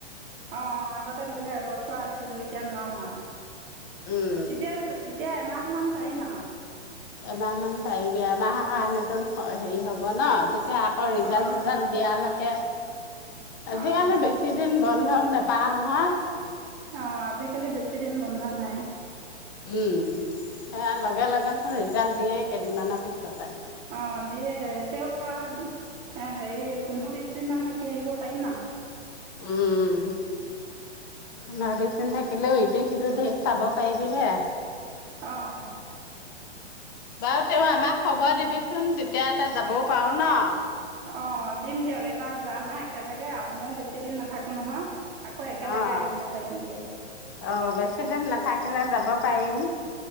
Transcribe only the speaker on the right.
অ' আগতে ধৰি লও এবছৰ আছিলো এতিয়া নোৱাৰো আৰু
এতিয়া <unintelligible> এমাহমান পাৰিম আৰু
অঁ
অঁ
অ', আজিকালি বেছিদিন বন্ধ নাই।
অ' দিয়ে তেওঁ হেৰি পোন্ধৰ বিশ দিন মান থাকি আহিব পাৰিম আৰু।
অ'
অ' দিম দিয়ক এইবাৰ যাম আৰু একেলগে ময়ো বেছি দিন নাথাকো নহয়। আকৌ একেলগে
আহিব পাৰিম দিয়ক